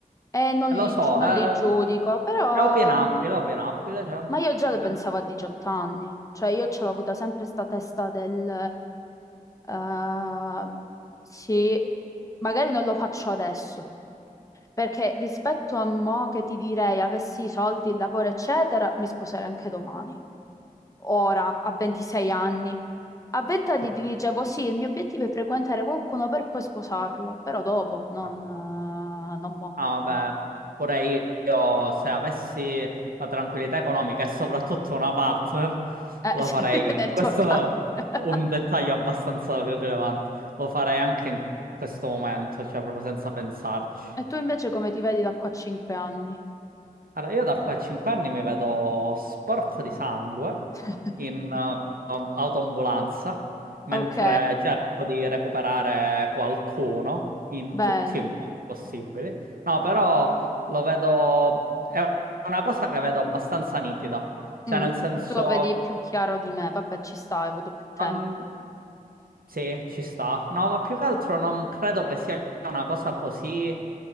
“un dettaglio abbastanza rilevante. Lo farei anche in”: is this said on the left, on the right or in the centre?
Right